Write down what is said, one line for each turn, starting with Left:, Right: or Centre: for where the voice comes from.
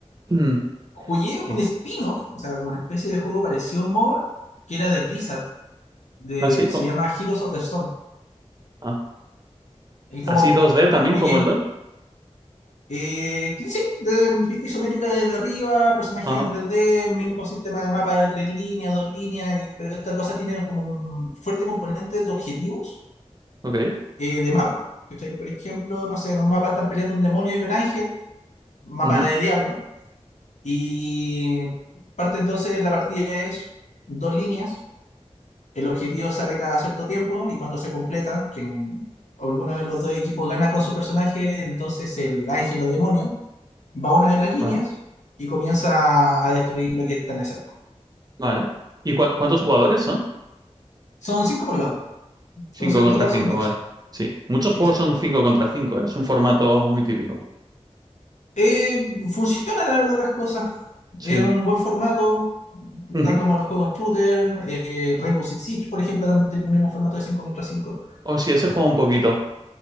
Right: Mm,
Left: Jugué
Right: Sí,
Left: un spin-off, o sea, como una especie de juego parecido a un MOBA, que era de Blizzard. De,
Right: así, co-
Left: se llama Heroes of the Storm.
Right: ah,
Left: Y como
Right: así dos d
Left: eh,
Right: también
Left: jugué
Right: como el LOL.
Left: Eh, sí, sí, de- vista isométrica desde arriba, personajes
Right: Ajá,
Left: en tres d mismo sistema de mapa de tres líneas, dos líneas, y- pero esta cosa tiene como un fuerte componente de objetivos
Right: ok,
Left: eh, de mapa. ¿cachai? Por ejemplo, no sé, en un mapa están peleando un demonio y un ángel, mapa
Right: ujú,
Left: de diablo, y parte entonces de la partida es dos líneas, el objetivo sale cada cierto tiempo y cuando se completa, quien alguno de los dos equipos gana con su personaje, entonces el ángel o demonio va a una de las líneas
Right: Vale,
Left: y comienza a destruir lo que está en esa línea.
Right: vale. ¿Y cua- cuántos jugadores son?
Left: Son cinco por lado, entonces
Right: 5 contra
Left: en total
Right: 5,
Left: son diez.
Right: vale. Sí, muchos
Left: Exacto.
Right: juegos son 5 contra 5, Es un formato muy típico.
Left: Eh, funciona la verdad las cosas.
Right: Sí,
Left: Es un buen formato,
Right: ujú.
Left: tal como los juegos shooter. eh, Rainbow Six Siege, por ejemplo, también tiene el mismo formato de cinco contra cinco.
Right: O sí, ese juego un poquito,